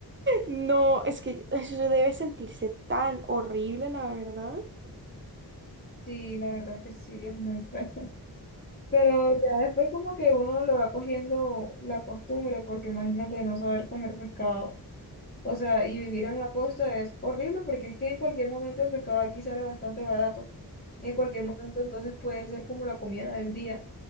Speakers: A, on the right (about 30°); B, on the left (about 25°).
A: No, es que eso debe sentirse tan horrible, la verdad.
B: Sí, la verdad es que sí, es muy feo. <laughs> Pero ya después como que uno le va cogiendo la costumbre, porque imagínate no saber comer pescado. O sea, y vivir en la costa es horrible porque es que en cualquier momento el pescado aquí sale bastante barato. En cualquier momento entonces puede ser como la comida del día.